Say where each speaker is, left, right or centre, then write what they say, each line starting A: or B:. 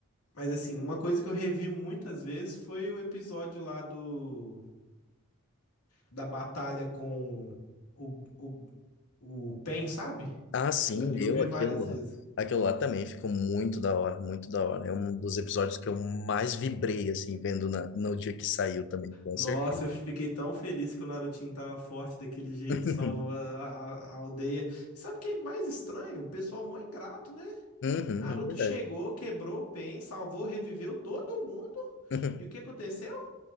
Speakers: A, on the left; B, on the left.
A: Mas assim, uma coisa que eu revi muitas vezes foi o episódio lá do da batalha com o, o, o Pen, sabe?
B: Ah, sim,
A: Aquilo ali
B: eu
A: eu vi
B: aquilo
A: várias
B: lá.
A: vezes.
B: Aquilo lá também ficou muito da hora, muito da hora. É um dos episódios que eu mais vibrei, assim, vendo na, no dia que saiu também, com
A: Nossa,
B: certeza.
A: eu fiquei tão feliz que o Narutinho tava forte daquele jeito,
B: <laughs>
A: e salvou a, a- a aldeia. E sabe o que é mais estranho? O pessoal mó ingrato, né?
B: Uhum,
A: Naruto
B: é verdade.
A: chegou, quebrou o Pen, salvou, reviveu todo mundo.
B: <laughs>
A: E o que aconteceu?